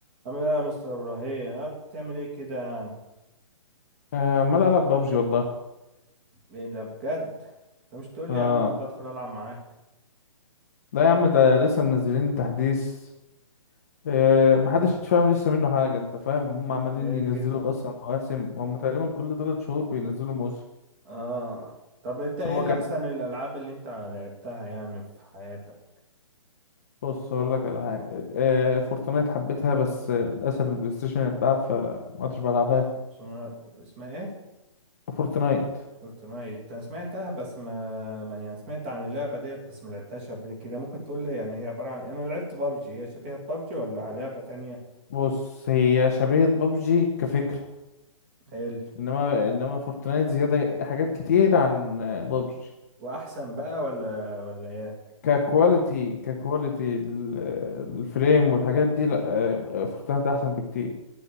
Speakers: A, on the right; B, on the left.
A: عامل ايه يا مستر ابراهيم اه بتعمل ايه كده يا عم
B: آه، عمال العب بابجي والله
A: ايه ده بجد انت مش تقول
B: اه
A: لي يا عم كنت ادخل العب معاك
B: لا يا عم ده لسه منزلين تحديث آه محدش فاهم لسه منه حاجه انت فاهم هم عمالين
A: ليه
B: ينزلوا
A: كده
B: اصلا مواسم هم تقريبا كل ثلاث شهور بينزلوا موسم
A: اه طب انت ايه
B: هو
A: اللي
B: كان
A: احسن الالعاب اللي انت لعبتها يعني في حياتك
B: بص اقول لك على حاجه آه فورتنايت حبيتها بس آه، للاسف البلاي ستيشن اتباع فما عدتش بلعبها
A: فورتنا- اسمها ايه
B: فورتنايت
A: فورتنايت انا سمعتها بس ما ما- يعني سمعت عن اللعبه ديت بس ما لعبتهاش قبل كده ممكن تقول لي يعني هي عباره عن انا لعبت بابجي هي شبيهه ببجي ولا لعبه تانية
B: بص هي شبيهه بابجي كفكره
A: حلو
B: انما انما فورتنايت زياده حاجات كتير عن بابجي
A: واحسن بقى ولا ولا ايه
B: ككواليتي ككواليتي ال- الفريم والحاجات دي لا فورتنايت احسن بكتير